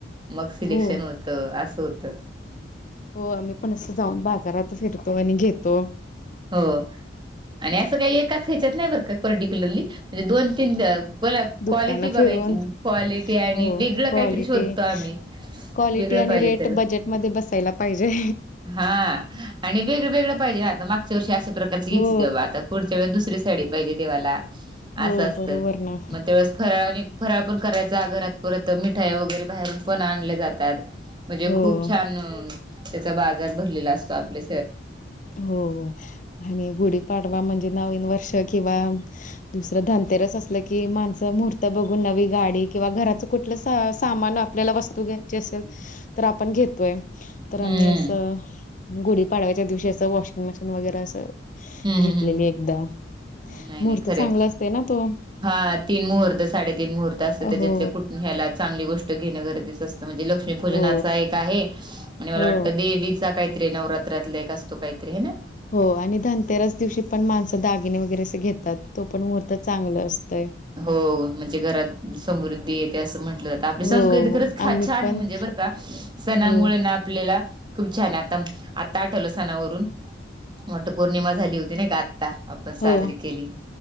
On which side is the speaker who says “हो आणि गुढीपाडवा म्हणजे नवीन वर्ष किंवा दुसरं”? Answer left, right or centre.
Left